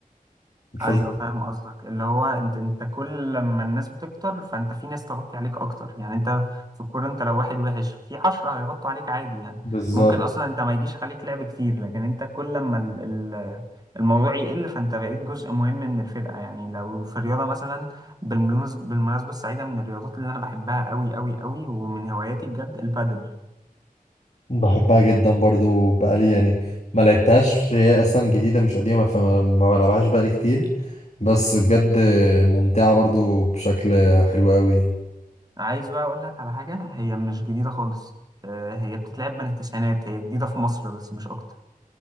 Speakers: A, on the left; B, on the right.
A: فز-
B: ايوه فاهم قصدك اللي هو انت انت كل لما الناس بتكتر فانت في ناس تغطي عليك اكتر يعني انت في الكوره انت لو واحد وحش في عشرة هيغطوا عليك عادي يعني
A: بالظبط
B: ممكن اصلا انت ما يجيش عليك لعب كتير لكن انت كل لما ال- ال- الموضوع يقل فانت بقيت جزء مهم من الفرقه يعني لو في الرياضه مثلا بالمناس- بالمناسبه السعيده من الرياضات اللي انا بحبها قوي قوي قوي ومن هواياتي بجد البادل
A: بحبها جدا برضو بقالي يعني ما لعبتهاش هي اصلا جديدة مش قديمة فما ما بلعبهاش بقالي كتير بس بجد ممتعة برضو بشكل حلو قوي يعني
B: عايز بقى اقول لك على حاجه هي مش جديده خالص آه، هي بتتلعب من التسعينات هي جديده في مصر بس مش اكتر